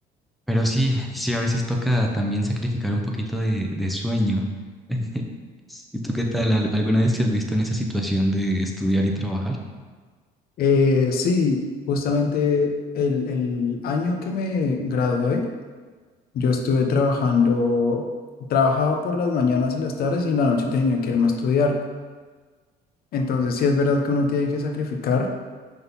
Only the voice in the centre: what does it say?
Pero sí, sí, a veces toca también sacrificar un poquito de, de sueño. <laughs> ¿Y tú qué tal? ¿Al- ¿Alguna vez te has visto en esa situación de estudiar y trabajar?